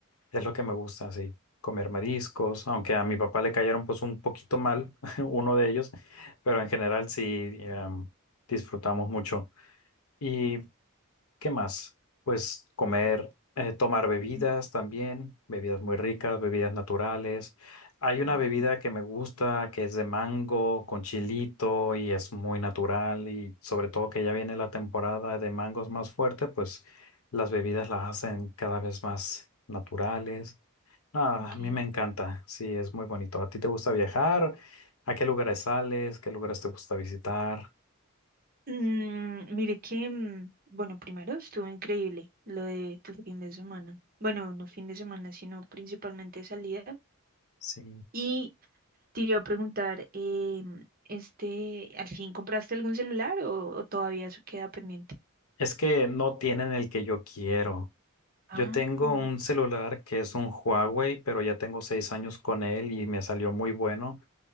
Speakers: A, on the left; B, on the right.
A: es lo que me gusta, sí, comer mariscos, aunque a mi papá le cayeron pues un poquito mal, <laughs> uno de ellos, pero en general sí, em, disfrutamos mucho. y ¿Qué más? Pues comer, eh, tomar bebidas
B: ujú,
A: también, bebidas muy ricas, bebidas naturales. Hay una
B: ujú,
A: bebida que me gusta que es de mango con chilito y es muy natural y sobre todo que ya viene la temporada de mangos más fuerte, pues las bebidas las hacen cada vez más naturales. Ah,
B: ok.
A: a mí me encanta, sí, es muy bonito. ¿A ti te gusta viajar? ¿A qué lugares sales? ¿Qué lugares te gusta visitar?
B: Mm, mire que, mm, bueno, primero estuvo increíble lo de tu fin de semana. Bueno, no fin de semana, sino principalmente salida.
A: Sí.
B: Y Te iba a preguntar, em, este, ¿al fin compraste algún celular o, o todavía eso queda pendiente?
A: Es que no tienen el que yo quiero.
B: Ah,
A: Yo tengo un celular que es un Huawei, pero ya tengo seis años con él y me salió muy bueno.